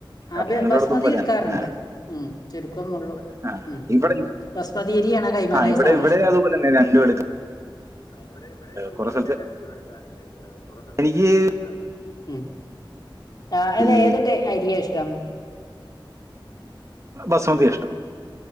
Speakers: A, on the left; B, on the right.
A: ആത്
B: അപ്പൊ ഞങ്ങളുടെ
A: ബസ്മതി
B: അടുത്ത് പോലെ
A: എടുക്കാറുണ്ട്
B: തന്നെ ആ
A: ഉം ചുരുക്കമുള്ളൂ
B: ആ
A: ഉം
B: ഇവിടെ
A: ഉം ബസ്മതീരിയാണോ കൈമാറൈസാണോ
B: ആ ഇവിടെ ഇവിടെ
A: ഇഷ്ട്ടം
B: അതുപോലെ തന്നെ രണ്ടും എടുക്കും
A: ആ ഇവിടെ ഇവിടെ അതുപോലെന്നെ
B: കുറെ സ്ഥലത്ത്
A: രണ്ട് എടുക്കാറ്ണ്ട് കുറേ സ്ഥല്
B: എനിക്ക്
A: ത്തൊക്കെ <unintelligible> ഉം ആയത്
B: ഈ
A: ഏത് ത അരിയാ ഇഷ്ടം
B: ബസമതിയാ ഇഷ്ടം